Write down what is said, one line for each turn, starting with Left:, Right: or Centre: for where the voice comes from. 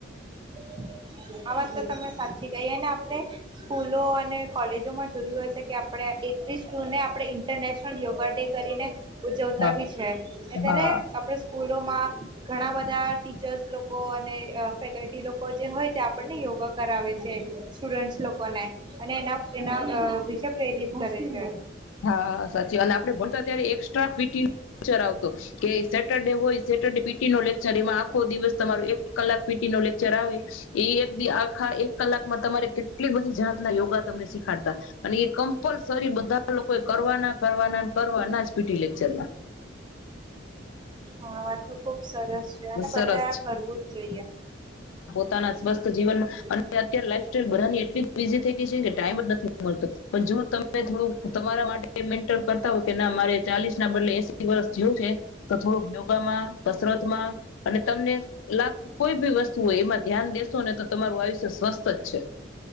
Right: આ વાત તો તમે સાચી કઈ આપણે સ્કૂલો અને કોલેજોમાં જોયું હશે કે આપણે એકવીસ જૂને આપણે ઇન્ટરનેશનલ યોગા ડે કરીને--. ઉજવતા
Left: હા
Right: બી છે. અત્યારે
Left: હા
Right: આપણે સ્કૂલો માં ઘણા બધા ટીચર્સ લોકો અને અહ ફેકલ્ટી લોક જે હોય તે આપણને યોગા કરાવે છે સ્ટુડન્ટસ લોકોને અને એના એના વિશે પ્રેરિત કરે છે.
Left: હા સાચી અને આપણે ભણતા ત્યારે એક્સ્ટ્રા પી ટી નું લેચર આવતો કે સેટરડે હોય સેટરડે પી ટી નો લેક્ચર એમાં આખો દિવસ તમારો એક એક કલાક પીટી નો લે ચરાવે એ એકી આખા એક કલાકમાં તમારે કેટલી બધી જાત--. યોગા તમને શીખાડતા અને એ કમ્પલસરી બધા લોકોએ કરવાના, કરવાના, ને કરવાના જ પી ટી લેક્ચરના
Right: હા વાત તો ખુબ સરસ છે અને
Left: સરસ
Right: બધા આ કરવું જ જોઈએ.
Left: તાના જ બસ જીવન
Right: હા
Left: અને અત્યારે લાઈફ બધાની એટલી બીઝી થઈ ગઈ છે ને કે ટાઈમ જ નથી મળતો. પણ જો તમે થોડું તમારા માટે મેન્ટેન કરતા હો કે ના મારે ચાલીસ ના બદલે એસી વર્ષ જીવવું છે, તો થોડું યોગામાં, કસરતમાં અને તમને લાગતી કોઈ બી વસ્તુ હોય એમાં ધ્યાન દેશો, ને તો તમારું આયુષ્ય સ્વસ્થ જ છે.